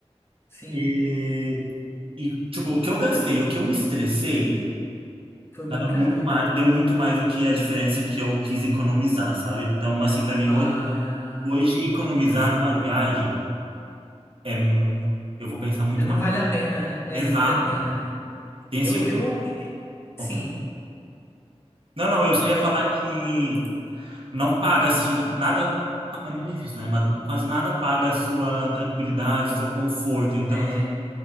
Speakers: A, on the left; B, on the right.
A: Sim.
B: E, e, tipo, o que eu gastei, o que eu me estressei,
A: Foi
B: dava
A: brincadeira,
B: muito mais,
A: né?
B: deu muito mais do que a diferença que eu quis economizar, sabe? Então, assim, pra mim,
A: Ah,
B: hoje, hoje
A: entendi.
B: economizar numa viagem é. hum, Eu vou pensar muito
A: Não
B: mais.
A: vale a pena. É,
B: Exato.
A: não vale a pena, né?
B: Tem
A: Eu,
B: assim.
A: eu,
B: o-
A: sim.
B: Opa. Não, não,
A: P-
B: eu só ia
A: Pode
B: falar
A: falar.
B: que não paga assim, nada. É muito difícil, né? Mas quase nada paga a sua tranquilidade, o seu conforto. Então,
A: É,
B: assim,